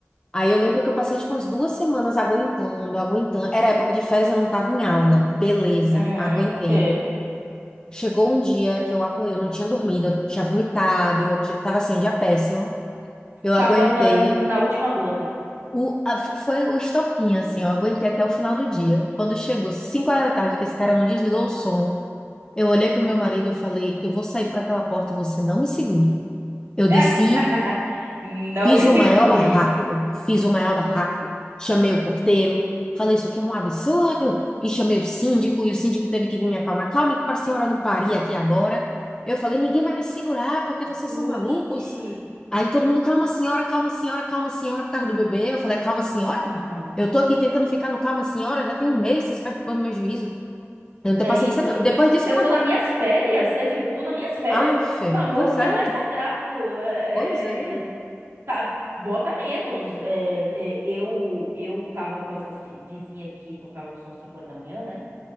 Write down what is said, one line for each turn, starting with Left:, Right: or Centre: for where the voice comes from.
Left: Aí eu lembro que eu passei tipo umas duas semanas aguentando, aguentando. Era época de férias, eu não tava em aula. Beleza,
Right: Hum,
Left: aguentei.
Right: ok.
Left: Chegou um dia que eu acordei, eu não tinha dormido, eu tinha vomitado, eu ti- tava assim, um dia péssimo. Eu aguentei.
Right: Tava na, na, na última gota.
Left: O, a- f- foi o estopim, assim, eu aguentei até o final do dia. Quando chegou 5 horas da tarde, que esse cara não desligou o som, eu olhei pro meu marido e eu falei, eu vou sair por aquela porta e você não me segura. Eu desci
Right: <laughs> Não
Left: Fiz
Right: me
Left: o
Right: segure.
Left: maior barraco, fiz o maior barraco. Chamei o porteiro, falei isso aqui é um absurdo, e chamei o síndico, e o síndico teve que vir me acalmar. Calma que para a senhora não parir aqui agora. Eu falei, ninguém vai me segurar, porque vocês
Right: Gente,
Left: são malucos. Aí todo mundo, calma senhora, calma senhora, calma senhora, por causa do bebê. Eu falei, "É calma senhora?
Right: aham.
Left: Eu tô aqui tentando ficar no calma senhora, já tem um mês vocês perturbando meu juízo. Eu não tenho
Right: É
Left: paciência
Right: isso.
Left: não. Depois disso,
Right: Eu
Left: acabou.
Right: tô nas minhas férias. É tipo, eu tô nas minhas férias,
Left: Ah, Fê,
Right: pelo amor
Left: pois
Right: do que
Left: é,
Right: é mais sagrado. É,
Left: pois é.
Right: é, é, tá, bota menos. É, é, eu, eu tava com essa ci- vizinha que tocava som 5 horas da manhã, né?